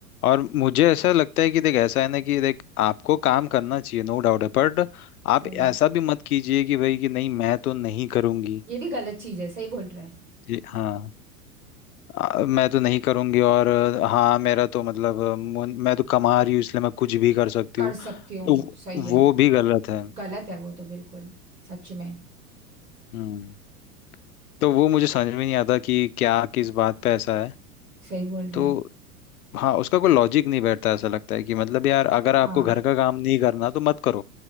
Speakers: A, on the left; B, on the right.
A: और मुझे ऐसा लगता है कि देख ऐसा है ना कि देख आपको काम करना चाहिए नो डाउट है बट आप
B: सही
A: ऐसा
B: है
A: भी मत कीजिए कि भाई कि नहीं मैं तो नहीं करूँगी
B: ये भी गलत चीज है सही बोल रहा है
A: ये- हाँ आ, मैं तो नहीं करूँगी और अ, हाँ मेरा तो मतलब अ, मुन- मैं तो कमा रही हूँ इसलिए मैं कुछ भी कर सकती
B: कर
A: हूँ
B: सकती हूँ
A: तो वो
B: सही है
A: वो भी गलत है
B: गलत है वो तो बिल्कुल सच में
A: हम्म तो वो मुझे समझ में नहीं आता कि क्या किस बात पे ऐसा है
B: सही बोल रहा
A: तो
B: है
A: हाँ उसका कोई लॉजिक नहीं बैठता ऐसा लगता है कि मतलब यार अगर आपको
B: हाँ
A: घर का काम नहीं करना तो मत करो